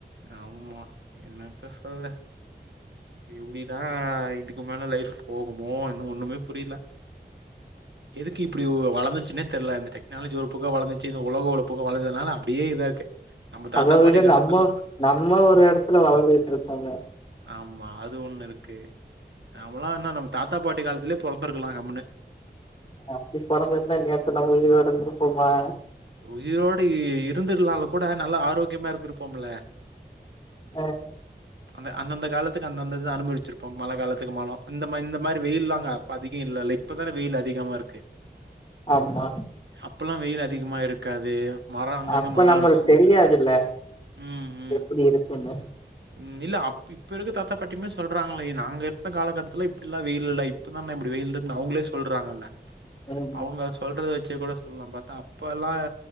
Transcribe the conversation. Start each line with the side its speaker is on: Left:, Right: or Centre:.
Right: ஆமா என்னத்த சொல்ல இப்டிதா இது க்கு மேல லைஃப் போகுமோ இன்னு ஒண்ணுமே புரியல எதுக்கு இப்டி வள பிரச்சனட் தெர்ல இந்த டெக்னாலஜி ஒரு பக்கோ வளந்ச்சு உலக ஒழப்புக்கு வழுந்தனால அப்படியே இதா இருக்க நம்ம தாத்தா
Left: அத விட
Right: பாட்டி காலத்தெல்லா
Left: நம்ம நம்ம ஒரு இடத்துல வளர்ந்துகிட்டு இருக்கோமே
Right: ஆமா அது ஒண்ணு இருக்கு நம்மல்லா என்ன நம்ம தாத்தா பாட்டி காலத்திலயே புறந்திருக்கலா கம்முனுு
Left: அப்படி புறந்திருந்தா இந்நேரத்துக்கு நம்ம உயிரோட இருந்து இருப்போமா
Right: உயிரோட இருந்திருலால கூட நல்லா ஆரோக்கியமா இருந்திருப்போம்ல
Left: அ
Right: அந்த அந்தந்த காலத்துக்கு அந்தந்த இந்துதா அனுபவச்சிருப்போம் மழை காலத்துக்கு மணம் இந்த இந்த மாரி வெயில்ல்லாங்க அப்ப அதிக இல்லல இப்பதானே வெயில் அதிகமா இருக்கு
Left: ஆமா
Right: அப்பல்லா வெயில் அதிகமா இருக்காது மரம் அங்கங்க
Left: அப்ப
Right: மரம்
Left: நம்மளுக்கு
Right: இருக்கும்.
Left: தெரியாதுல்ல
Right: ம், ம்.
Left: எப்படி இருக்குன்னு
Right: ம் இல்ல அப்ப இப்ப இருக்க தத்தா பட்டிமே சொல்றாங்கல்ல நாங்க இரு காலக்கட்டத்துல இப்படி எல்லாம வெயில் இல்ல இப்பதானே இப்படி வெயில் இருக்குன்னு அவங்களே சொல்றாங்கல்ல
Left: ம்
Right: அவங்க சொல்றது வெச்சு கூட சொல்லலாம் பாத்தா அப்ப எல்லா